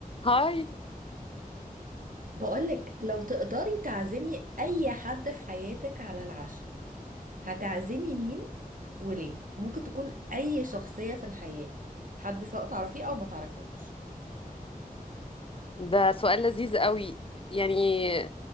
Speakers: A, on the left; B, on the right.
A: هاي
B: بقولك لو تقدري تعزمي أي حد في حياتك على العشاء هتعزمي مين وليه؟ ممكن تكون أي شخصية في الحياة حد سواء تعرفيه أو ما تعرفيهوش
A: ده سؤال لذيذ قوي يعني